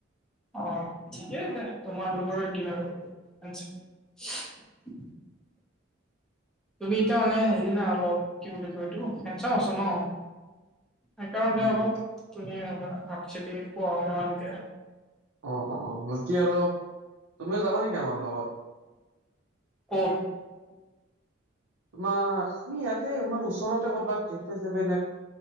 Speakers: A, in the centre; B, on the right.
A: অ', ঠিকে আছে তোমাৰ লগৰ দিয়া আৰু। <inaudible> তুমি এতিয়া মানে হেৰি নাই অলপ কি বুলি কয় এইটো হেন্ডচাম আছো ন'। সেইকাৰণে
B: উম
A: অলপ ধুনীয়া আপি-চাপি পোৱা মানে ভালকে।
B: অ', অ', অ', বাকী আৰু তুমিও যাবা নেকি আমাৰ লগত?
A: ক'ত?
B: তোমাৰ তুমি ইয়াতে তোমাৰ ওচৰতে কৰবাত কেফে- চেফে